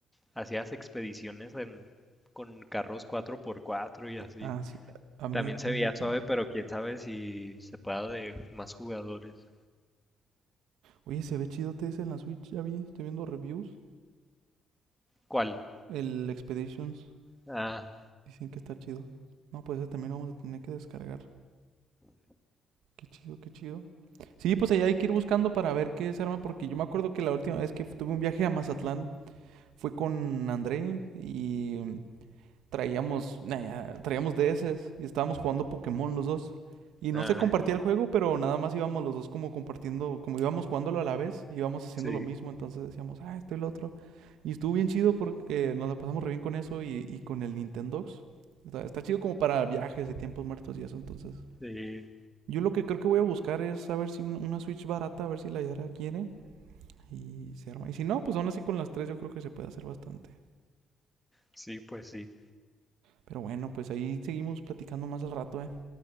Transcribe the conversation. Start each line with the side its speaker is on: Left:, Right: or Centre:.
Centre: hacías expediciones en, con carros cuatro por cuatro y así.
Right: Ah, sí. Ahmed
Centre: También se
Right: Runner
Centre: veía suave,
Right: Game.
Centre: pero quién sabe si se pueda de más jugadores.
Right: Oye, se ve chido ese en la Switch, ya vi, estoy viendo reviews.
Centre: ¿Cuál?
Right: El Expeditions,
Centre: Ah,
Right: dicen que está chido. No, pues ese también lo vamos a tener que descargar. Qué chido, qué chido. Sí, pues allá hay que ir buscando para ver qué se arma, porque yo me acuerdo que la última vez que tuve un viaje a Mazatlán fue con André y traíamos, nah, ya, traíamos DS y estábamos jugando Pokémon los dos. Y no
Centre: Ah,
Right: se compartía el juego, pero nada más íbamos los dos como compartiendo, como íbamos jugándolo a la vez, íbamos haciendo
Centre: sí,
Right: lo mismo, entonces decíamos, ah, esto y lo otro. Y estuvo bien chido porque nos la pasamos re bien con eso y, y con el Nintendox. Está, está chido como para viajes y tiempos muertos y eso, entonces.
Centre: sí,
Right: Yo lo que creo que voy a buscar es a ver si un- una Switch barata, a ver si la Yara quiere y se arma. Y si no, pues aún así con las tres yo creo que se puede hacer bastante.
Centre: sí, pues sí.
Right: Pero bueno, pues ahí seguimos platicando más al rato, ¿eh?